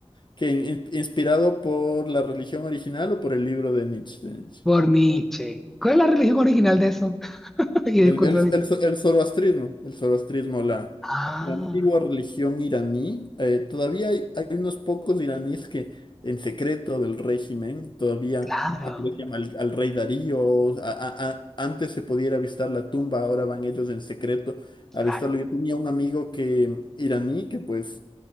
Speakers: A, on the left; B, in the centre.
A: que in- inspirado por la religión original o por el libro de Nietzsche. de Nietzsche.
B: Por Nietzsche. ¿Cuál es la religión original de eso? <laughs> Y disculpa
A: El, el,
B: ahorita.
A: el, zo- el zoroastrismo, el zoroastrismo, la,
B: Ah,
A: la antigua religión iraní. eh, todavía hay, hay unos pocos iraníes que en secreto del régimen todavía
B: claro,
A: aprecian al, al rey Darío. a- a- a- antes se podía ir a visitar la tumba, ahora van ellos en secreto a
B: claro,
A: visitarlo. Yo tenía un amigo que iraní que pues